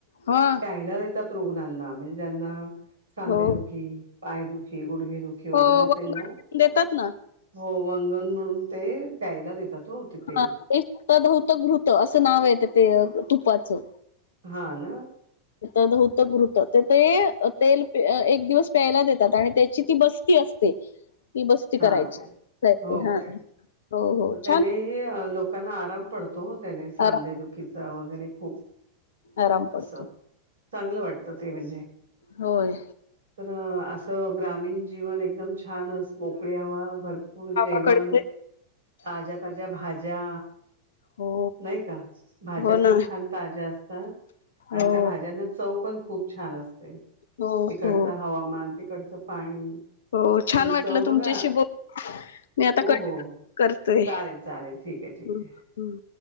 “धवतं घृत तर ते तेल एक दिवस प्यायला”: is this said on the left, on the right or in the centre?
Left